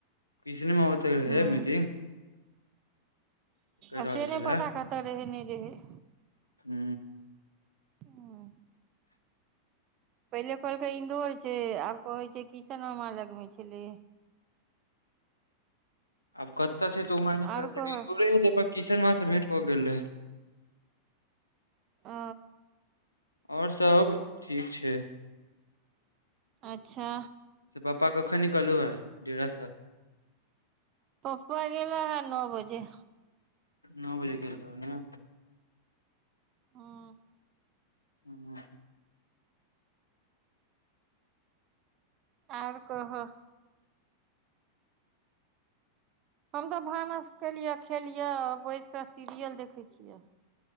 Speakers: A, on the left; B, on the right.
A: किसने होत रहै
B: हूँ
A: मीटिंग। कहि
B: आब
A: रहल
B: से नहि
A: छलै
B: पता, कतय रहै, नहि रहै।
A: हू
B: हूँ
A: <inaudible>
B: पहिने कहलकै इन्दौर छै, आब कहै छै किशन मामाके लगमे छलै।
A: आब कतेक छै तऽ
B: आओर कहऽ
A: ओ किशन मामासँ भेटि कऽ गेल रहै।
B: ओ
A: आओर सभ ठीक छै।
B: अच्छा
A: पप्पा, कखन निकलू हँ डेरासँ?
B: पप्पा गेले हँ, नओ बजे।
A: नओ बजे गेल रहै ने।
B: ह
A: ह
B: ओर कहा? हम तऽ भानस केलियै, खेलियै, बैस कऽ सीरियल देखै छियै।